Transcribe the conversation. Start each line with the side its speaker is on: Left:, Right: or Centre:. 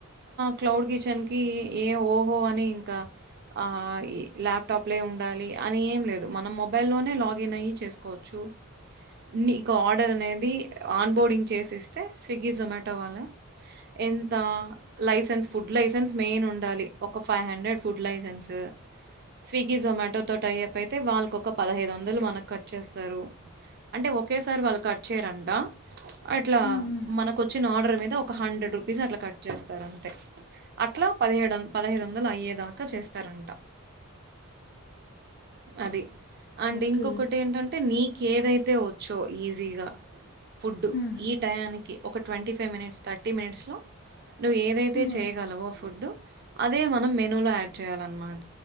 Right: క్లౌడ్ కిచెన్కి ఏ ఓ ఓ అని ఇంకా ఆ ల్యాప్టాప్ లే ఉండాలి అని ఏం లేదు మనం మొబైల్లోనే లాగిన్ అ చేసుకోవచ్చు నీకు ఆర్డర్ అనేది ఆన్ బోర్డింగ్ చేసిస్తే స్విగ్గీ జొమాటో వాలా ఎంత లైసెన్స్ ఫుడ్ లైసెన్స్ మెయిన్ ఉండాలి ఒక ఫు five hundred food licence Swiggy Zomato తో టైప్పైతే వవాల్ కొక పదహైదు వందలు మనకు కట్ చేస్తారు అంటే ఒకేసారి వాళ్ళు కట్ చేయారంట అట్లా
Left: హ్మ్.
Right: మనకు వచ్చిన ఆర్డర్ మీద ఒక హండ్రెడ్ రూపీస్ అట్లా కట్ చేస్తారు అంతే అట్లా పదిహేడు వంద పదహైదు వందలు అయ్యేదాకా చేస్త తరంట అది అండ్
Left: ఓకే.
Right: ఇంకొకటి
Left: ఓకే.
Right: ఏంటంటే నీ ఏదైతే వచ్చో ఈజీగా ఫుడ్
Left: హ్మ్.
Right: ఈ టయానికి ఒక ట్వంటీ ఫైవ్ మినిట్స్ త థర్టీ మినిట్స్లో నువ్వు ఏదైతే
Left: హ్మ్.
Right: చేయగలవొ ఫుడ్ అదే మనం మెనూలో యాడ్ చేయాలన్నమాట